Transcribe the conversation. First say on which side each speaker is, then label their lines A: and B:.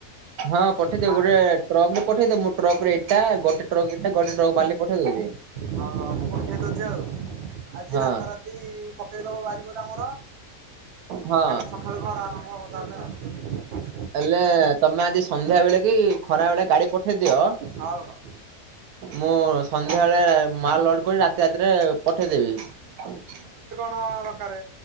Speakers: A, on the right (about 80°); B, on the right (about 60°).
A: ହଁ ପଠେଇ ଦିଅ
B: ଖା
A: ଗୋଟେ ଟ୍ରକରେ ପଠେଇ ଦିଅ, ମୋ ଟ୍ରକ୍ ରେ ଇଟା, ଗୋଟେ ଟ୍ରକ ରେ ଇଟା ଗୋଟେ ଟ୍ରକ୍ ରେ ବାଲି ପଠେଇ ଦଉଚି। ହୁଁ।
B: ହଁ ଆଉ ମୁଁ ପଠେଇ ଦଉଛ ଆଉ। ଆଜି
A: ହଁ
B: ରାତା ରାତି ପକେଇଦବ ବାରି ପଟେ ଆମର,
A: ହଁ
B: କାଲି ସକାଳୁ ଘର ଆରମ୍ଭ। ହବ ତାହେଲେ ଆଉ।
A: ହେଲେ ତମେ ଆଜି ସନ୍ଧ୍ୟା ବେଳେ କି ଖରା ବେଳେ ଗାଡି ପଠେଇ ଦିଅ,
B: ହଉ ହଉ
A: ମୁଁ ସନ୍ଧ୍ୟାବେଳେ ମାଲ୍ ଲୋଡ୍ କରି ରାତି ରାତିରେ ପଠେଇଦେବି।
B: ହଁ ଦକାରେ।